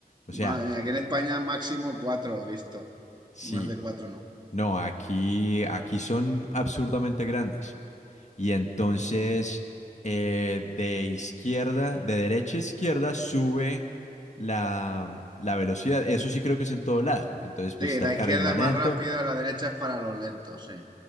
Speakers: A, on the left; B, on the right.
A: O sea,
B: Madre mía, aquí en España máximo cuatro, he visto.
A: sí.
B: Más de cuatro no.
A: No, aquí, aquí son absurdamente grandes. Y entonces, eh, de izquierda, de derecha a izquierda, sube la, la velocidad. Eso sí creo que es en todo lado. Entonces, pues
B: Sí,
A: está
B: la
A: el
B: izquierda
A: carril más
B: es más
A: lento.
B: rápida, la derecha es para los lentos, sí.